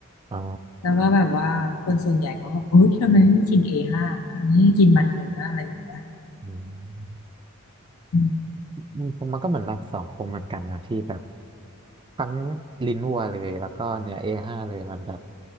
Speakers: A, on the right; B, on the left.
A: อ๋อ
B: แล้วก็แบบว่าคนส่วนใหญ่เขาแบบโอ๊ยทำไมไม่กิน A5 ไม่กินมันเนื้ออะไรอย่างเงี้ย
A: อืม
B: อืม
A: อืมผมมันก็เหมือนหลักสองคมเหมือนกันนะพี่แบบทั้งลิ้นวัวเลยแล้วก็เนื้อเอห้าเลยมันแบบ